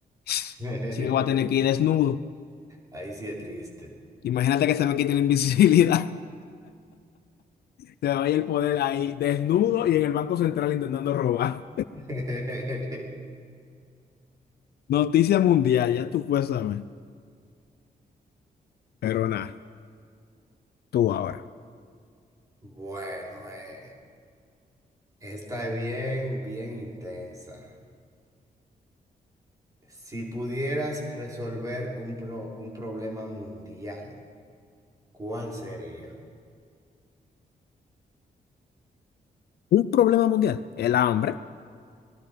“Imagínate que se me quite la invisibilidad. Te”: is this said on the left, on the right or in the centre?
Left